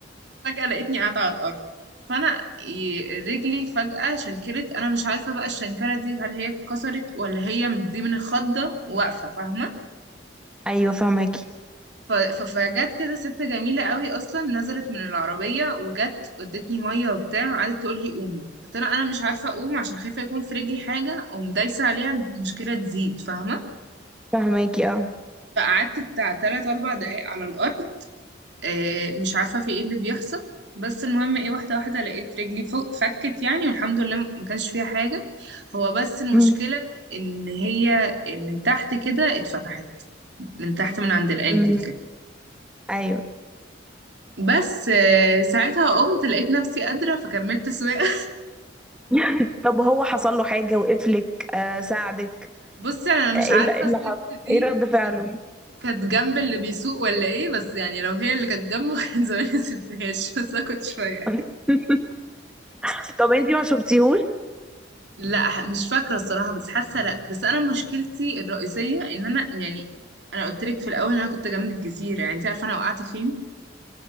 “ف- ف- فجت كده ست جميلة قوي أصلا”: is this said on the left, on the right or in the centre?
Right